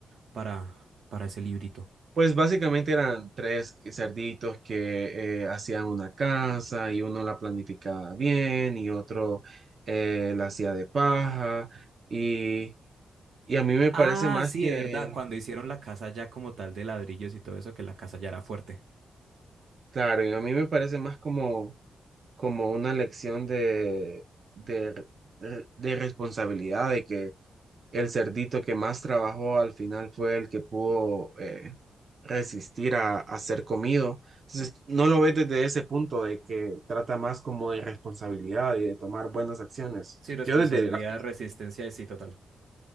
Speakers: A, on the right (about 55°); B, on the right (about 35°).
A: para, para ese librito.
B: Pues básicamente eran tres cerditos que eh, hacían una casa y uno la planificaba bien y otro eh, la hacía de paja. Y, y a mí me parece
A: Ah,
B: más
A: sí,
B: que,
A: de verdad, cuando hicieron la casa ya como tal de ladrillos y todo eso, que la casa ya era fuerte.
B: claro, y a mí me parece más como como una lección de, de, de responsabilidad, de que el cerdito que más trabajó al final fue el que pudo eh, resistir a, a ser comido. Entonces, no lo ves desde ese punto de que trata más como de responsabilidad y de tomar buenas acciones.
A: Sí, responsabilidad,
B: Yo desde, la-
A: resistencia, sí, total.